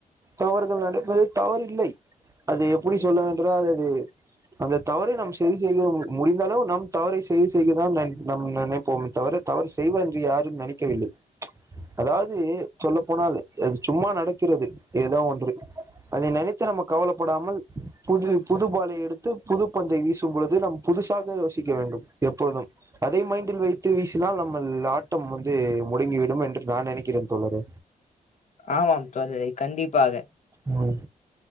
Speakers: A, on the right; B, on the left.
A: தவறுகள் நடப்பது தவறு இல்லை அது எப்படி சொல்ல என்றால் அது அந்த தவறை நம் சரி செய்கிறோம் முடிந்தளவு நம் தவறை சரி செய் தான் நம் நினைப்போம் தவிர தவறு செய்வ என்று யாரும் நினைக்கவில்லை அதாவது சொல்ல போனால் அது சும்மா நடக்கிறது எதா ஒன்று அதை நனைத்து ச்ச நம்ம கவலப்படாமல் புது புதுபாலை எடுத்து புது பந்தை வீசும் பொழுது நம் புதுசாக யோசிக்க வேண்டும் எப்பொழுதும் அதே மா ட்டில் வைத்து வீசினால் நம்மல் ஆட்டம் வந்து முடங்கி விடும் என்று நா நெனைக்கிறேன் தோழரே
B: ஆமாம் தோழரே கண்டிப்பாக
A: ம்